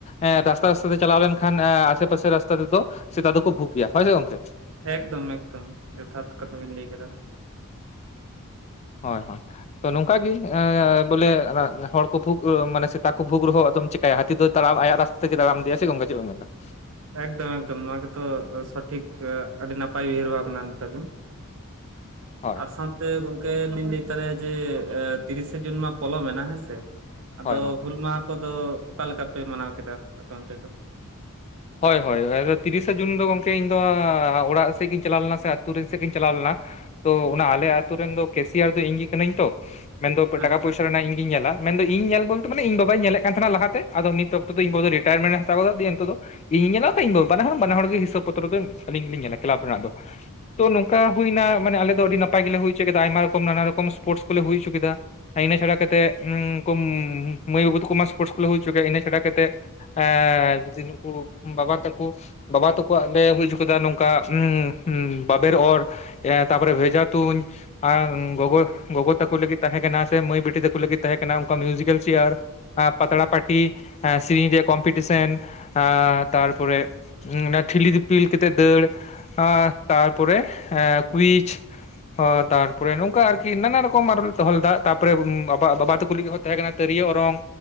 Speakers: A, on the left; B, on the right.
A: ᱮ ᱨᱟᱥᱛᱟ ᱨᱟᱥᱛᱟ ᱛᱮ ᱪᱟᱞᱟᱣ ᱞᱮᱱᱠᱷᱟᱱ ᱟᱥᱮ ᱯᱟᱥᱮ ᱨᱟᱥᱛᱟ ᱛᱮᱫᱚ ᱥᱮᱛᱟ ᱫᱚᱠᱚ ᱵᱷᱩᱜᱽ ᱜᱮᱭᱟ ᱦᱳᱭ ᱥᱮ ᱜᱚᱝᱠᱮ ᱾
B: ᱮᱠᱫᱚᱢ ᱮᱠᱫᱚᱢ ᱡᱚᱛᱷᱟᱛ ᱠᱟᱛᱷᱟ ᱵᱤᱱ ᱞᱟᱹᱭ ᱠᱮᱫᱟ ᱾
A: ᱦᱳᱭ ᱦᱳᱭ ᱛᱚ ᱱᱚᱝᱠᱟ ᱜᱤ ᱮᱻ ᱵᱚᱞᱮ ᱦᱚᱲ ᱠᱚ ᱵᱷᱩᱜ ᱢᱟᱱᱮ ᱥᱮᱛᱟ ᱠᱚ ᱵᱷᱩᱜᱽ ᱨᱮᱦᱚ ᱟᱫᱚᱢ ᱪᱮᱠᱟᱭᱟ ᱦᱟᱹᱛᱤ ᱫᱚ ᱛᱟᱲᱟᱢ ᱟᱭᱟᱜ ᱨᱟᱥᱛᱟ ᱛᱮᱜᱮ ᱛᱟᱲᱟᱢ ᱤᱫᱤᱭᱟ ᱥᱮ ᱜᱚᱝᱠᱮ ᱪᱮᱫ ᱵᱮᱱ ᱢᱮᱱ ᱮᱫᱟ ᱾
B: ᱮᱠᱫᱚᱢ ᱮᱠᱫᱚᱢ ᱱᱚᱣᱟ ᱜᱮᱛᱚ ᱥᱚᱴᱷᱤᱠ ᱟᱹᱰᱤ ᱱᱟᱯᱟᱭ ᱩᱭᱦᱟᱹᱨ ᱵᱷᱟᱵᱽᱱᱟ ᱛᱟᱵᱤᱱ ᱾
A: ᱦᱳᱭ
B: ᱟᱨ ᱥᱟᱶᱛᱮ ᱜᱚᱝᱠᱮ ᱞᱤᱧ ᱞᱟᱹᱭ ᱛᱚᱨᱟᱭᱟ ᱡᱮ ᱛᱤᱨᱤᱥᱮ ᱡᱩᱱ ᱢᱟ ᱯᱚᱞᱚᱢ ᱮᱱᱟ ᱦᱮᱸᱥᱮ, ᱟᱫᱚ
A: ᱦᱳᱭ ᱜᱚᱝᱠᱮ
B: ᱦᱩᱞ ᱢᱟᱦᱟ ᱠᱚᱫᱚ ᱚᱠᱟ ᱞᱮᱠᱟ ᱯᱮ ᱢᱟᱱᱟᱣ ᱠᱮᱫᱟ ᱟᱯᱮ ᱚᱱᱛᱮ ᱫᱚ?
A: ᱦᱳᱭ ᱦᱳᱭ ᱾ ᱦᱳᱭ ᱟᱫᱚ ᱛᱤᱨᱤᱥᱮ ᱡᱩᱱ ᱫᱚ ᱜᱚᱝᱠᱮ ᱤᱧ ᱫᱚ ᱚᱲᱟᱜ ᱥᱮᱜ ᱜᱤᱧ ᱪᱟᱞᱟᱣ ᱞᱮᱱᱟ ᱥᱮ ᱟᱹᱛᱩ ᱨᱮᱱ ᱥᱮᱜ ᱜᱤᱧ ᱪᱟᱞᱟᱣ ᱞᱮᱱᱟ, ᱛᱚ ᱚᱱᱟ ᱟᱞᱮ ᱟᱹᱛᱩ ᱨᱮᱱ ᱫᱚ ᱠᱮᱥᱤᱭᱟᱲ ᱫᱚ ᱤᱧ ᱜᱮ ᱠᱟᱹᱱᱟᱹᱧ ᱛᱚ ᱾ ᱢᱮᱱ ᱫᱚ ᱴᱟᱠᱟ
B: ᱟᱪᱪᱷᱟ
A: ᱯᱚᱭᱥᱟ ᱨᱮᱱᱟᱜ ᱤᱧ ᱜᱮᱧ ᱧᱮᱞᱟ ᱢᱮᱱᱫᱚ ᱤᱧ ᱧᱮᱞ ᱵᱚᱞᱛᱮ ᱢᱟᱱᱮ ᱤᱧ ᱵᱟᱵᱟᱭ ᱧᱮᱞᱮᱜ ᱠᱟᱱ ᱛᱟᱦᱮᱱᱟ ᱞᱟᱦᱟᱛᱮ ᱟᱫᱚ ᱱᱤᱛ ᱚᱠᱛᱚ ᱤᱧ ᱵᱚ ᱫᱚ ᱨᱤᱴᱟᱨᱢᱮᱱᱴ ᱮ ᱦᱟᱛᱟᱣ ᱠᱟᱫᱟ ᱤᱧ ᱱᱤᱛᱚᱜ ᱫᱚ ᱤᱧ ᱧᱮᱞᱟ ᱥᱮ ᱤᱧ ᱵᱚᱵᱟ ᱵᱟᱱᱟ ᱦᱚ ᱵᱟᱱᱟ ᱦᱚᱲ ᱜᱤ ᱦᱤᱥᱟᱹᱵ ᱯᱚᱛᱨᱚ ᱫᱚ ᱟᱞᱤᱧ ᱜᱤᱞᱤᱧ ᱧᱮᱞᱟ ᱠᱞᱟᱵᱽ ᱨᱮᱱᱟᱜ ᱫᱚ᱾ ᱛᱚ ᱱᱚᱝᱠᱟ ᱦᱩᱭᱱᱟ ᱢᱟᱱᱮ ᱟᱞᱮ ᱫᱚ ᱟᱹᱰᱤ ᱱᱟᱯᱟᱭ ᱜᱮᱞᱮ ᱦᱩᱭ ᱪᱚ ᱠᱮᱫᱟ ᱟᱭᱢᱟ ᱨᱚᱠᱚᱢ ᱱᱟᱱᱟ ᱨᱚᱠᱚᱢ ᱯᱳᱥᱴ ᱠᱚᱞᱮ ᱦᱩᱭ ᱪᱩ ᱠᱮᱫᱟ ᱤᱱᱟᱹ ᱪᱷᱟᱲᱟ ᱠᱟᱛᱮᱜ ᱩᱸ ᱠᱩᱢ ᱢᱟᱹᱭ ᱵᱟᱵᱩ ᱛᱟᱹᱠᱚ ᱢᱟ ᱥᱯᱳᱨᱴᱥ ᱠᱚᱞᱮ ᱦᱩᱭ ᱪᱚ ᱠᱮ ᱤᱱᱟᱹ ᱪᱷᱟᱰᱟ ᱠᱟᱛᱮᱫ ᱮ ᱡᱩᱫᱤ ᱱᱩᱠᱩ ᱵᱟᱵᱟ ᱛᱟᱹᱠᱩ ᱵᱟᱵᱟ ᱛᱟᱹᱠᱩᱣᱟ ᱟᱞᱮ ᱦᱩᱭ‌ ᱪᱩ ᱠᱮᱫᱟ ᱱᱚᱝᱠᱟ ᱵᱟᱵᱮᱨ ᱚᱨ ᱛᱟᱯᱚᱨᱮ ᱵᱷᱮᱡᱟ ᱛᱩᱧ ᱟᱨ ᱜᱚᱜᱚ ᱜᱚᱜᱚ ᱛᱟᱹᱠᱩ ᱞᱟᱹᱜᱤᱫ ᱛᱟᱦᱮᱸ ᱠᱟᱱᱟ ᱥᱮ ᱢᱟᱹᱭ ᱵᱤᱴᱤ ᱛᱟᱹᱠᱩ ᱞᱟᱹᱜᱤᱫ ᱛᱟᱦᱮᱸ ᱠᱟᱱᱟ ᱠᱱᱟ ᱚᱱᱠᱩᱣᱟᱜ ᱢᱤᱡᱤᱠᱮᱞ ᱪᱮᱭᱟᱨ ᱯᱟᱛᱲᱟ ᱯᱟᱴᱤ ᱥᱮᱨᱤᱧ ᱨᱮᱭᱟᱜ ᱠᱚᱢᱯᱤᱴᱤᱥᱮᱱ ᱟ ᱛᱟᱨᱯᱚᱨᱮ ᱚᱱᱟ ᱴᱷᱤᱞᱤ ᱫᱤᱯᱤᱞ ᱠᱟᱛᱮᱜ ᱫᱟᱹᱲ ᱟᱨ ᱛᱟᱨᱯᱚᱨ ᱮ ᱠᱩᱭᱤᱪᱷ ᱚ ᱛᱟᱨᱯᱚᱨᱮ ᱱᱚᱝᱠᱟ ᱟᱨᱠ ᱠᱤ ᱱᱟᱱᱟ ᱨᱚᱠᱚᱢ ᱟᱨᱚᱞᱮ ᱫᱚᱦᱚ ᱞᱮᱫᱟ ᱛᱟᱨᱯᱚᱨᱮ ᱵᱟᱵᱟ ᱵᱟᱵᱟ ᱛᱟᱹᱠᱩ ᱞᱟᱹᱜᱤᱫ ᱦᱚᱸ ᱛᱟᱦᱮᱸ ᱠᱟᱱᱟ ᱛᱟᱹᱨᱤᱭᱳ ᱚᱨᱚᱝ